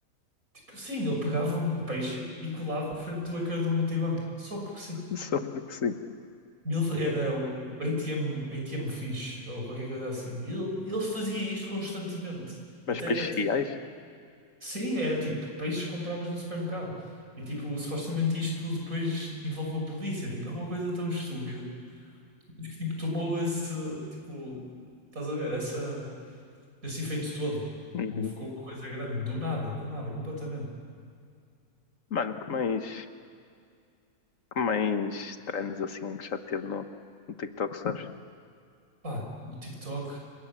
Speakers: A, on the right (about 65°); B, on the left (about 60°).
A: Tipo, sim, ele pegava um peixe e colava à frente do ecrã do multibanco, só porque sim.
B: Só porque sim.
A: E Ele fa- era o o ATM, ATM fish ou qualquer coisa assim. E Ele, ele fazia isto constantemente. Até,
B: Mas para chiais?
A: até... Sim, era tipo peixes que compravas no supermercado. E tipo, supostamente isto depois envolveu a polícia. Tipo, é uma coisa tão estúpida. que tipo, tomou esse, tipo, estás a ver, essa, esse efeito todo.
B: Uhum.
A: Tipo, ficou uma coisa grande, do nada, do nada, completamente.
B: Mano, que mais... Que mais trends assim que já teve no, no TikTok, sabes?
A: Pá, no TikTok,